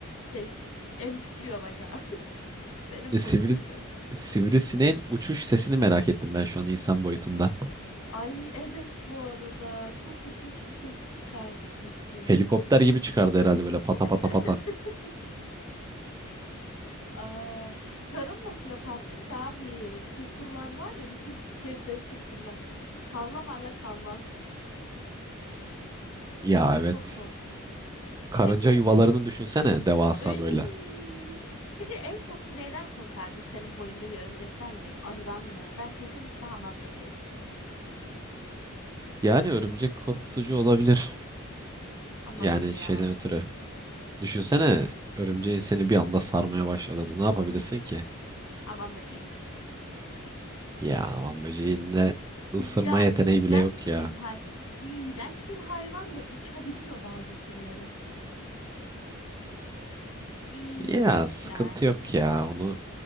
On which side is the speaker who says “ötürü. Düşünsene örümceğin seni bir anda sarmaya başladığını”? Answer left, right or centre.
Right